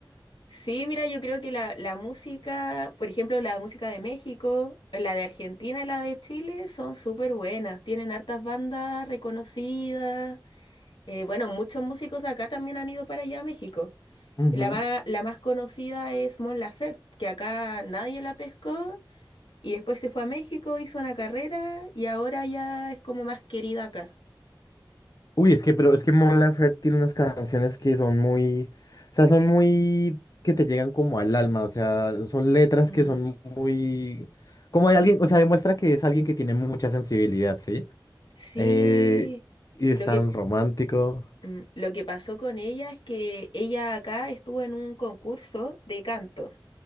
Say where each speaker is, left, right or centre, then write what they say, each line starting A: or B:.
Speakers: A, on the left (about 80°); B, on the left (about 50°).
A: Sí, mira, yo creo que la, la música, por ejemplo, la música de México, la de Argentina y la de Chile son súper buenas, tienen hartas bandas reconocidas. Eh, bueno, muchos músicos de acá también han ido para allá a México.
B: <laughs>
A: La más, la más conocida es Mon Laferte, que acá nadie la pescó Y después se fue a México, hizo una carrera y ahora ya es como más querida acá.
B: Uy, es que, pero es que Mon Laferte tiene unas canciones que son muy, o sea, son muy, que te llegan como al alma, o sea, son letras
A: Mm,
B: que son muy, como de alguien, o sea, demuestra que es alguien que tiene mucha sensibilidad, ¿sí?
A: sí,
B: Eh, y es
A: lo
B: tan
A: que,
B: romántico.
A: mm, lo que pasó con ella es que ella acá estuvo en un concurso de canto